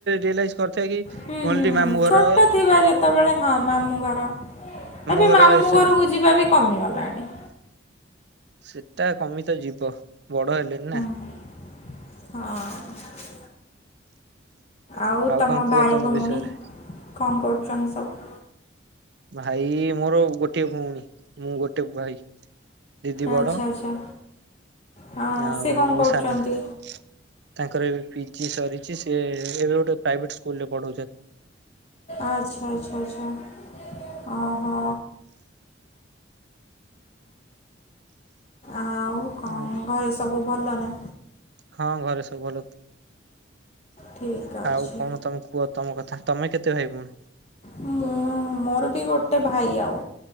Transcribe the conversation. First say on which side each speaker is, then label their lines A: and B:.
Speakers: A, on the right; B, on the left.
A: ରିଅଲାଇଜ କରିଥିବା କି
B: ହୁଁ
A: ଓନ୍ଲି
B: ହୁଁ ହୁଁ
A: ମାମୁଁ ଘର
B: ଛୋଟ ଥିବା ଯେତେବେଳେ ହଁ ମାମୁଁ ଘର ଏବେ
A: ଘର
B: ମାମୁଁ
A: ଏସବୁ
B: ଘରକୁ ଯିବା ବି କମିଗଲାଣି।
A: ସେଟା କମି ତ ଯିବ ବଡ ହେଲେଣିି ନା।
B: ହଁ। ଆଉ ତମ
A: କଣ କୁହ
B: ଭାଇ ଭଉଣୀ
A: ବିଷୟରେ
B: କଣ କରୁଛନ୍ତି ସବୁ?
A: ଭାଇ ମୋର ଗୋଟିଏ ଭଉଣୀ ମୁଁ ଗୋଟେ ଭାଇ। ଦିଦି ବଡ
B: ଆଚ୍ଛା ଆଚ୍ଛା। ହଁ
A: ଆଉ
B: ସେ କଣ
A: ମୁଁ
B: କରୁଛନ୍ତି?
A: ସାନ। ତାଙ୍କର ଏବେ ପିଜି ସରିଛି ସେ ଏବେ ଗୋଟେ ପ୍ରାଇଭେଟ ସ୍କୁଲରେ ପଢଉଛନ୍ତି।
B: ଆଚ୍ଛା ଆଚ୍ଛା ଆଚ୍ଛ ଓ ହୋ। ଆଉ କଣ
A: ଆଉ
B: ଘରେ ସବୁ ଭଲ ନା?
A: ହଁ ଘରେ ସବୁ ଭଲ,
B: ଠିକ୍ ଅଛି।
A: ଆଉ କଣ ତମେ କୁହ ତମ କଥା, ତମେ କେତେ ଭାଇ ଭଉଣୀ?
B: ମୁଁ ମୋର ବି ଗୋଟେ ଭାଇ ଆଉ